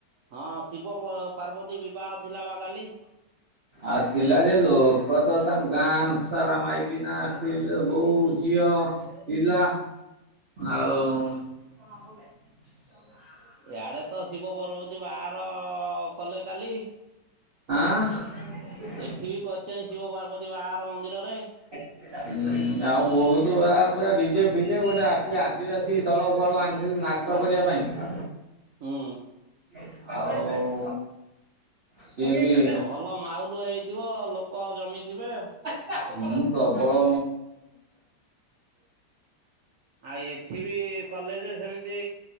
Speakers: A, on the right; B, on the right.
A: ହଁ ଶିବ ପାର୍ବତୀ ବିବାହ ଥିଲା ବା କାଲି।
B: ଆ ଥିଲା ଯେ ଲୋ କଦ ତାଙ୍କ ଗାଁ ସାରା ମାଇକିନା ସ୍ତ୍ରୀ ଲୋ ହଉ ଝିଅ ପିଲା ଆଉ ନବ <inaudible>
A: ଇଆଡେ ତ ଶିବ ପର୍ବତୀ ବାହାଘର କଲେ କାଲି
B: ଆ।
A: ଏଠି ବି କରିଛନ୍ତି ଶିବ ପାର୍ବତୀ ବାହାଘର ମନ୍ଦିରରେ
B: ହୁଁ ଆଉ ବହୁତ୍ ପୁରା ଡିଜେ ଫିଜେ ଗୋଟେ ଆସିଥିଲେ ଆଦିବାସୀ ଦଳ କୁଆଳୁ ଆଣିଥିଲି ନା ଚ କରିବା ପାଇଁ
A: ହୁଁ।
B: ଆଉ ସିଏ ବି
A: ଆଉ ଭଲ ମାଉଲୁ ହେଇଥିବେ ଲୋକ ଜମିଥି ବେ
B: ହୁଁ ପ୍ରବଳ
A: ଆଉ ଏଠି ବି କଲେ ଯେ ସେମିତି